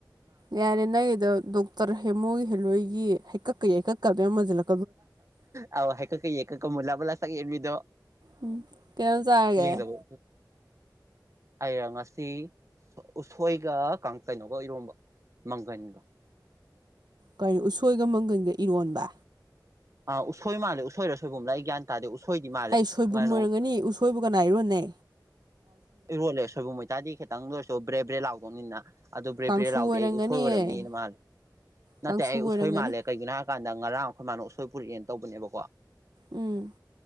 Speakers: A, on the right; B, on the right.
A: ꯌꯥꯔꯦ ꯅꯪꯒꯤꯗ ꯗꯣꯛꯇꯔ ꯍꯦꯃꯣꯒꯤ ꯍꯦꯂꯣꯏꯒꯤ ꯍꯩꯀꯛꯀꯩ ꯍꯩꯀꯛꯀꯗ ꯑꯃꯁꯤꯜꯂ
B: ꯑꯥꯎ ꯍꯦꯛ ꯀ ꯀꯩ ꯀ ꯀ ꯃꯂ ꯃꯂ ꯁꯪꯒꯦ ꯃꯤꯗꯣ
A: ꯎꯝ ꯀꯩꯅꯣꯝ ꯆꯥꯔꯒꯦ
B: ꯌꯦꯡꯗꯕ ꯑꯩꯔ ꯉꯁꯤ ꯎꯁꯣꯏꯒ ꯀꯥꯡ ꯀꯩꯅꯣꯒ ꯏꯔꯣꯝꯕ ꯃꯪꯒꯅꯤꯒꯣ
A: ꯀꯔꯤꯣ ꯎꯁꯣꯏꯒ ꯃꯪꯒꯟꯒ ꯏꯔꯣꯟꯕ
B: ꯑꯥ ꯎꯁꯣꯏ ꯃꯥꯜꯂꯦꯁꯣꯏꯔꯁꯣꯏꯕꯨꯝ ꯑꯃ ꯂ ꯑꯩ ꯒ꯭ꯌꯥꯟ ꯇꯥꯗꯦ ꯎꯁꯣꯏꯗꯤ ꯃꯥꯜꯂꯦ
A: ꯍ ꯁꯣꯏꯕꯨꯝ
B: ꯀꯩꯅꯣ
A: ꯑꯣꯏꯣꯏꯔꯝꯒꯅꯤ ꯎ ꯁꯣꯏꯕꯒꯅꯥꯏꯔꯣꯅꯦ
B: ꯏꯔꯣꯜꯂꯦ ꯁꯣꯏꯕꯨꯝ ꯃꯩꯇꯥꯗꯤ ꯈꯤꯇꯪ ꯂꯣꯏꯔꯁꯨ ꯕ꯭ꯔꯦ ꯕ꯭ꯔꯦ ꯂꯥꯎꯗꯧꯅꯤꯅ ꯑꯗꯨ ꯕ꯭ꯔꯦ
A: ꯀꯥꯡꯁꯨ
B: ꯕ꯭ꯔꯦꯗ ꯂꯥꯎꯗꯦ
A: ꯑꯣꯏꯔꯝꯒꯅꯤꯌꯦ
B: ꯑꯩ ꯎꯁꯣꯏ ꯑꯣꯏꯔꯕꯝꯅꯤꯅ ꯃꯥꯜꯂꯦ ꯅꯠꯇꯦ
A: ꯀꯥꯡꯁꯨ
B: ꯑꯩ
A: ꯑꯣꯏꯔꯝꯒꯅꯤ
B: ꯎꯁꯣꯏ ꯃꯥꯜꯂꯦ ꯀꯩꯒꯤꯅꯣ ꯍꯥꯏꯔ ꯀꯥꯟꯗ ꯉꯔꯥꯡ ꯑꯩꯈꯣꯏ ꯃꯥꯜꯅ ꯎꯁꯣꯏ ꯄꯨꯔꯛꯑꯦꯅ ꯇꯧꯕꯅꯦꯕꯀꯣ
A: ꯎꯝ